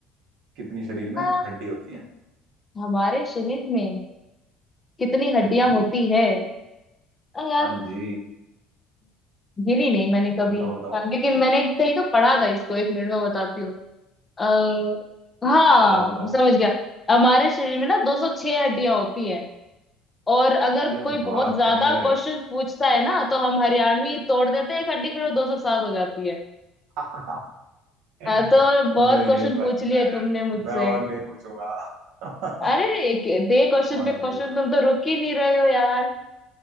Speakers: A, on the right; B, on the left.
A: कितनी शरीर
B: अ,
A: में हड्डी होती हैं
B: हमारे शरीर में कितनी हड्डियां
A: हम्म
B: होती है अ, यार
A: हाँ जी
B: गिनी नहीं मैंने कभी
A: बताओ बताओ
B: अ, लेकिन मैंने कहीं तो पढ़ा था इसको एक मिनट में बताती हूँ अः हाँ
A: बताओ बताओ
B: समझ गया हमारे शरीर में ना 206 हड्डियां होती हैं और अगर
A: क्या
B: कोई बहुत
A: बात
B: ज्यादा
A: है
B: क्वेश्चन पूछता है ना तो हम हरियाणवी तोड़ देते हैं एक हड्डी फिर वो 207 हो जाती है
A: <laughs> नहीं
B: हाँ, तो बहुत क्वेश्चन
A: नहीं बस
B: पूछ लिए
A: मैं
B: तुमने मुझसे
A: मैं और नहीं पूछूंगा <laughs>
B: अरे एक- दे क्वेश्चन
A: और
B: पे
A: नहीं
B: क्वेश्चन
A: पूछूंगा
B: तुम तो रुक ही नहीं रहे हो यार।